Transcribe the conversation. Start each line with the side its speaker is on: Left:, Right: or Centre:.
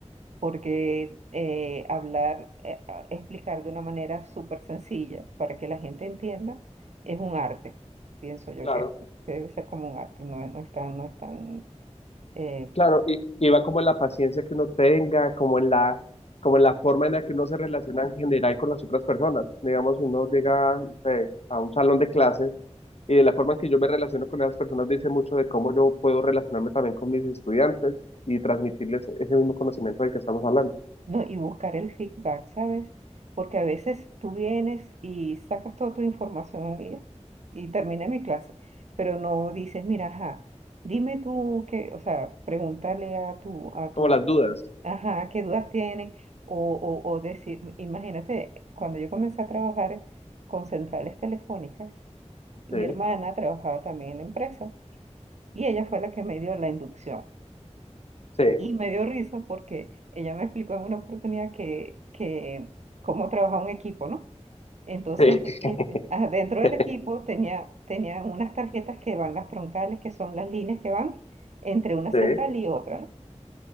Right: porque eh, hablar, eh, a- explicar de una manera súper sencilla para que la gente entienda es un arte. Pienso yo
Left: Claro.
Right: que, que debe ser como un arte, no, es- no es tan, no es tan, eh,
Left: Claro, y, y va como en la paciencia que uno tenga, como en la, como en la forma en la que uno se relaciona en general con las otras personas. Digamos, si uno llega, no sé, a un salón de clases y de la forma en que yo me relaciono con esas personas dice mucho de cómo yo puedo relacionarme también con mis estudiantes y transmitirles ese mismo conocimiento del que estamos hablando,
Right: No, y buscar el feedback, ¿sabes? Porque a veces tú vienes y sacas toda tu información un día y termina mi clase, pero no dices, mira, ajá, dime tú qué, o sea, pregúntale a tu, a
Left: como
Right: tu,
Left: las dudas,
Right: ajá, qué dudas tienen, o, o, o decir, imagínate, cuando yo comencé a trabajar con centrales telefónicas, mi
Left: ¿sí?
Right: hermana trabajaba también en la empresa y ella fue la que me dio la inducción.
Left: Sí.
Right: Y me dio risa porque ella me explicó en una oportunidad que, que cómo trabaja un equipo, ¿no? Entonces,
Left: Sí,
Right: este, ah, dentro del
Left: <laughs>
Right: equipo tenía, tenía unas tarjetas que van las troncales, que son las líneas que van entre una
Left: sí,
Right: central y otra, ¿no?